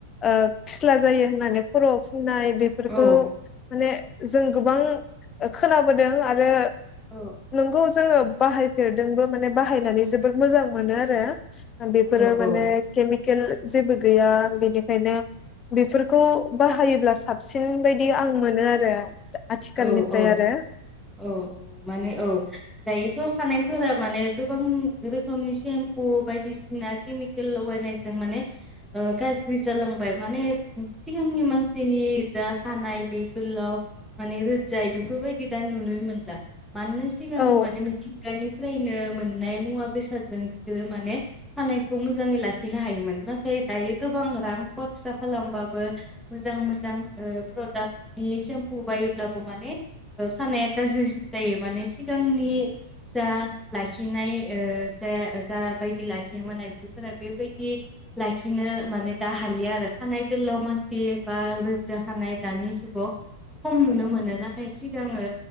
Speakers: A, on the left; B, in the centre.
A: ओ फिस्ला जायो होननानै खर'आव फुननाय बेफोरखौ
B: औ
A: माने जों गोबां खोनाबोदों आरो
B: औ
A: नंगौ जोंङो बाहायफेरदोंबो माने बाहायनानै जोबोद मोजां मोनो आरो बेफोरो
B: औ
A: माने केममि खेल जेबो गैया बेनिखायनो बे फोरखौ बाहायोब्ला साबसिन बायदि आं मोनो आरो आथिखालनिफ्राय
B: औ औ औ
A: आरो
B: औ माने औ दायोथ' खानाय फोरा माने गोबां रोखोमनि सेम्पु बायदिसिना केमिकेल लगायनायजों माने ओ गाज्रि जालांबाय माने सिगांनि मानसिनि जा खानाय बे गोलाव माने रोजाय बेफोरबायदि दा नुनोनो मोनला मानोना सिगाङो
A: औ
B: माने मिथिंगानिफ्रायनो मोननाय मुवा बेसादजों बिसोरो माने खानायखौ मोजाङै लाखिनो हायोमोन नाथाय दायो गोबां रां खरसा खालामबाबो मोजां मोजां ओ प्रडाक्टनि सेम्प फु बायोब्लाबो माने ओ खानाया गाज्रि जायो माने सिगांनि जा लाखिनाय ओ जा जा बायदि लाखियोमोन आइजोफोरा बेबायदि लाखिनो माने दा हालिया आरो खानाय गोलाव मानसि बा रोजा खानाय दानि जुगाव खम नुनो मोनो नाथाय सिगाङो